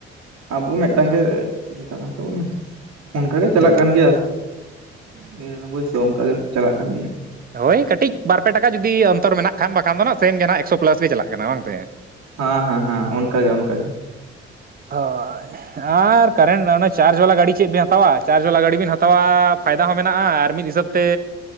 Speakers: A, on the right; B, on the right.
A: ᱟᱵᱚ ᱢᱤᱫᱴᱟᱝ ᱜᱮ ᱤᱭᱟᱹ ᱠᱟᱱ ᱛᱟᱵᱚᱱᱟ᱾ ᱚᱱᱠᱟ ᱜᱮ ᱪᱟᱞᱟᱜ
B: ᱦᱩᱸ
A: ᱠᱟᱱ ᱜᱮᱭᱟ
B: ᱦᱩᱸ
A: ᱱᱤᱨᱟᱱᱵᱚᱵᱭ ᱥᱳ ᱚᱱᱠᱟ ᱜᱮ ᱪᱟᱞᱟᱜ ᱠᱟᱱ ᱜᱮᱭᱟ᱾
B: ᱦᱳᱭ ᱠᱟᱹᱴᱤᱡ ᱵᱟᱨᱯᱮ ᱴᱟᱠᱟ ᱡᱩᱫᱤ ᱚᱱᱛᱚᱨ ᱢᱮᱱᱟᱜ ᱠᱷᱟᱱ, ᱵᱟᱠᱷᱟᱱ ᱫᱚ ᱱᱟᱦᱜ ᱥᱮᱢ ᱜᱮ ᱱᱟᱦᱜ ᱮᱠᱥᱚ ᱯᱮᱞᱟᱥ ᱜᱮ ᱪᱟᱞᱟᱜ ᱠᱟᱱᱟ ᱵᱟᱝᱛᱮ?
A: ᱦᱟᱸ ᱦᱟᱸ ᱦᱟᱸ ᱚᱱᱠᱟ ᱜᱮ ᱚᱱᱠᱟ ᱜᱮ᱾
B: ᱦᱳᱭ ᱟᱨ ᱠᱟᱨᱮᱱ ᱚᱱᱟ ᱪᱟᱨᱡ ᱵᱟᱞᱟ ᱜᱟᱹᱰᱤ ᱪᱮᱫ ᱵᱮᱱ ᱦᱟᱛᱟᱣᱟ ᱪᱟᱨᱡ ᱵᱟᱞᱟ ᱜᱟᱹᱰᱤ ᱵᱮᱱ ᱦᱟᱛᱟᱣᱟᱻ ᱯᱷᱟᱭᱫᱟ ᱦᱚᱸ ᱢᱮᱱᱟᱜᱼᱟ ᱟᱨ ᱢᱤᱫ ᱦᱤᱥᱟᱹᱵ ᱛᱮ